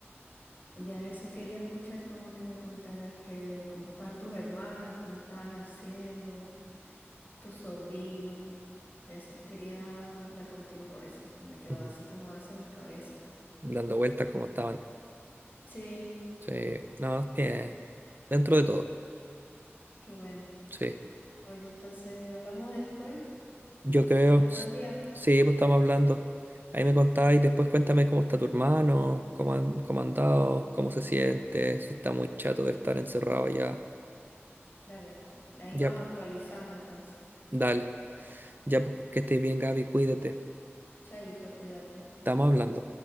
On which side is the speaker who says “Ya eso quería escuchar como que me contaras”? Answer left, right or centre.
Left